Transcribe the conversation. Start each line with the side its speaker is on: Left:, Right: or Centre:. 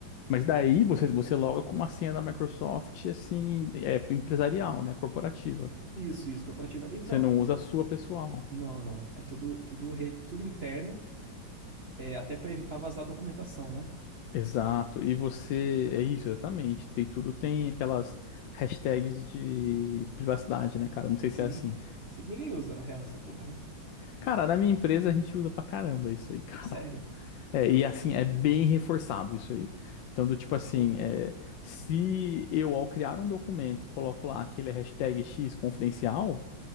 Left: Mas daí você, você loga com uma senha da Microsoft, assim, é empresarial, né, corporativa.
Right: isso, isso, corporativa. Então,
Left: Você não usa a sua pessoal.
Right: não, não. É tudo, tudo, rede, tudo interno. É até pra evitar vazar documentação, né?
Left: Exato, e você, é isso, exatamente. Tem tudo, tem aquelas hashtags de privacidade, né, cara? Não sei
Right: Sim.
Left: se é assim.
Right: Sim. Ninguém usa, na real, essa porra, né?
Left: Cara, na minha empresa a gente usa pra caramba isso aí, <laughs> cara.
Right: É sério?
Left: É, e assim, é bem reforçado isso aí. Então, do tipo assim,
Right: Então, mano.
Left: é, se eu, ao criar um documento, coloco lá que ele é hashtag X confidencial,